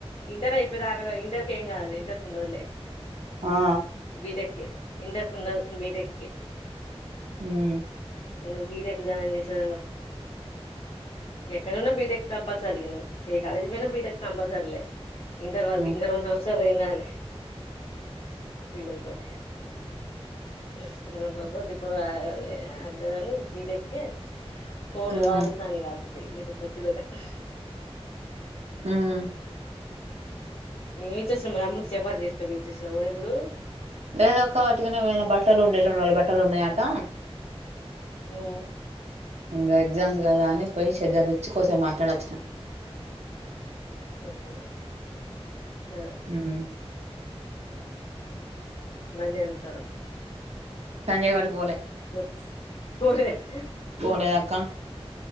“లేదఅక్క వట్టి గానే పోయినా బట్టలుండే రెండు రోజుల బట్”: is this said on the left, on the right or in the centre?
Right